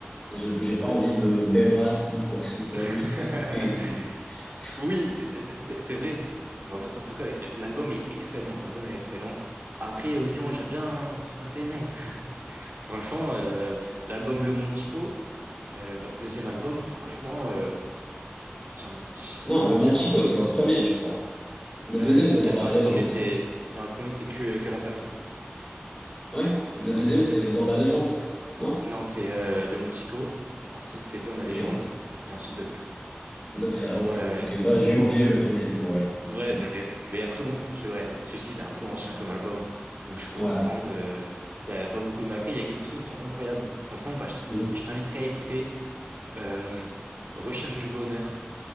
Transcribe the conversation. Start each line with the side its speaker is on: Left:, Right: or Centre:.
Left: Je, j'ai pas
Right: Bah,
Left: envie de débattre ni quoi que ce soit,
Right: <laughs>
Left: juste écouter et c'est bon. <laughs>
Right: Oui, c'est c'est- c'est- c'est vrai. ça- ça- bon, En tout cas, l'album est excellent. L'album est excellent. Après aussi, moi, j'aime bien, j'aime bien PNL. Franchement, euh, l'album Le Montico, euh, leur deuxième album, franchement, euh, j'ai envie- j'ai
Left: Non,
Right: limite envie
Left: le
Right: de
Left: Manchico,
Right: dire un sans faute.
Left: c'est leur premier, je crois. Le deuxième,
Right: Euh, le deuxième,
Left: c'est dans la
Right: non, le
Left: légende.
Right: premier, c'est non, le premier, c'est que, que la famille.
Left: Oui, le
Right: Le premier-
Left: deuxième, c'est
Right: le pre-
Left: dans la légende.
Right: c'est-
Left: Non?
Right: non, c'est euh, Le Montico, ensuite c'est Dans la
Left: Ok.
Right: légende, et ensuite Deux frères.
Left: Deux frères, ok.
Right: Ouais, ouais,
Left: Ok, bah j'ai oublié le premier du coup, ouais.
Right: ouais, Ouais,
Left: Ok.
Right: t'inquiète. Mais après, bon, je- ouais, celui-ci, il est un peu ancien comme album, donc je peux
Left: Ouais.
Right: comprendre. euh, Il n'y a, y a pas beaucoup de... Mais après, il y a quelques sons qui sont incroyables. Franchement, bah, je t-
Left: Mhm.
Right: je t'inviterai à écouter euh, Recherche du bonheur.